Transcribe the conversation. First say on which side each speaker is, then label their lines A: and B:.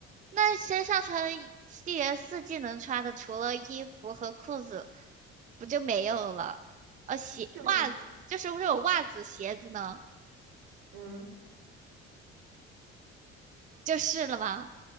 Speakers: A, on the right; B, on the right.
A: 那身上穿的一一年四季能穿的，除了衣服和裤子，不就没有了？呃，鞋、
B: 就你，
A: 袜子，就是不是有袜子、鞋子呢，
B: 嗯，
A: 就是了吗？